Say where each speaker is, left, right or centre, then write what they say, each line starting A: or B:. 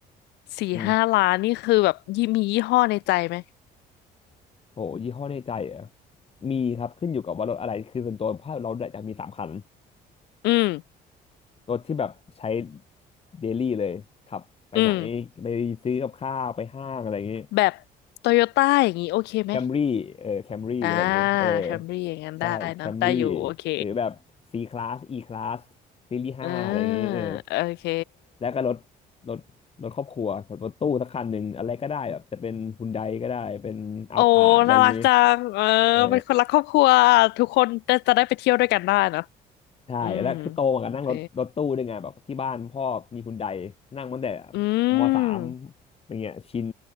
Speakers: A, on the left (about 90°); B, on the left (about 35°).
A: สี่ห้าล้านนี่คือแบบยี่มียี่ห้อในใจไหม
B: อืมโหยี่ห้อในใจเหรอ่ะ มีครับขึ้นอยู่กับว่ารถอะไรคือส่วนตัวภาเราอยากมีสามคัน
A: อืม
B: รถที่แบบใช้เดลี่เลยขับไปไหน
A: อืม
B: ไปซื้อกับข้าวไปห้างอะไรอย่างงี้
A: แบบโตโยต้าอย่างนี้โอเคไหม
B: แคมรี่เออแคมรี่อะไรอย่างเงี้ยเออ
A: อ่าแคมรี่อย่างนั้นได้เนอะได้อยู่โอเค
B: ใช่แคมรี่หรือแบบ C Class E Class ซีรีส์ห้าอะไรอย่างเงี้ยเออ
A: เออโอเค
B: แล้วก็รถรถรถครอบครัวแบบรถตู้สักคันหนึ่งอะไรก็ได้แบบจะเป็นฮุนไดก็ได้เป็นอัลพาร์ดอะไรอย่างเงี้ย
A: โอ้ น่ารักจังเออเป็นคนรักครอบครัว
B: เออ
A: ทุกคนจะจะได้ไปเที่ยวด้วยกันได้เนอะ
B: ใช่แล้วคือโตมากับนั่งรถรถตู้ด้วยไงแบบที่บ้านพ่อมีฮุนได
A: อืมโอเค
B: นั่งตั้งแต่
A: อื
B: มสาม
A: ม
B: อย่างเงี้ยชิน